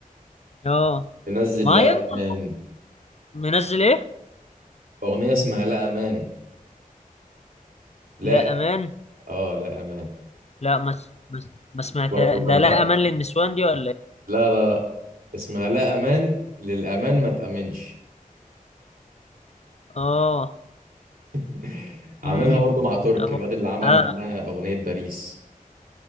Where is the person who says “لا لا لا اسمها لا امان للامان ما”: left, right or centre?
Right